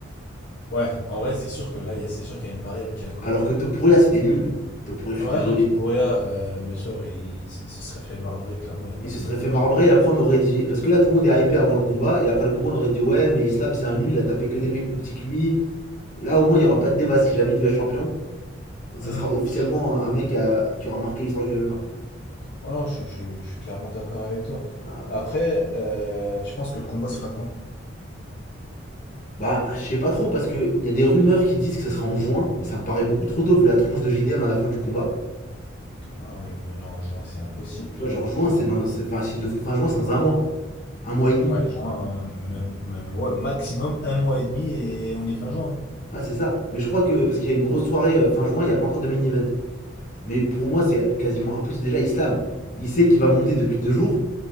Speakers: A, on the left; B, on the left.
A: Ouais, en vrai, c'est sûr que là, il y a- c'est sûr qu'il y a une variable qui est inconnue.
B: Alors que Topuria, c'était nul. Topuria, je
A: Ouais,
B: suis désolé.
A: dans Topuria, euh, bien sûr, il, il se serait fait marbrer, clairement, il n'y a pas
B: il se
A: débat,
B: serait
A: de
B: fait
A: toute façon.
B: marbrer et après on aurait dit. Parce que là tout le monde est hypé avant le combat et après le combat on aurait dit ouais mais Islam c'est un nul, il a tapé que des mecs plus petits que lui. Et Là au moins il n'y aura pas de débat si jamais il devient champion. Ça
A: Hmm.
B: sera officiellement un mec à- qui aura marqué l'histoire du MMA.
A: Oh non, je, suis- je suis je suis clairement d'accord avec toi.
B: Ah,
A: Après,
B: ouais.
A: euh, tu penses que le combat se fera quand?
B: bah je sais pas trop parce que il y a des rumeurs qui disent que ça sera en juin, mais ça me paraît beaucoup trop tôt vu la tronche de JDM à la fin du combat.
A: Ah oui, mais non, juin, c'est impossible.
B: Tu vois genre juin
A: Juin,
B: c'est dans. Enfin s'ils le font fin juin c'est dans un mois. Un mois et demi.
A: ouais, juin, même, même- ouais, maximum un mois et demi et on est fin juin.
B: Ouais c'est ça. Mais je crois que parce qu'il y a une grosse soirée euh, fin juin, il n'y a pas encore de main event. Mais pour moi c'est quasiment impossible. Déjà Islam, il sait qu'il va monter depuis deux jours.